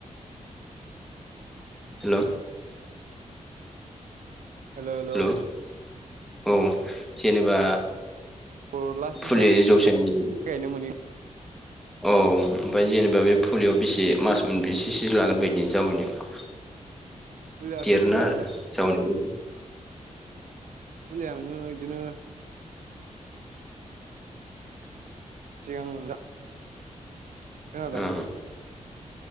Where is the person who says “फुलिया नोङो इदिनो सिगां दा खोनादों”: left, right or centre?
Right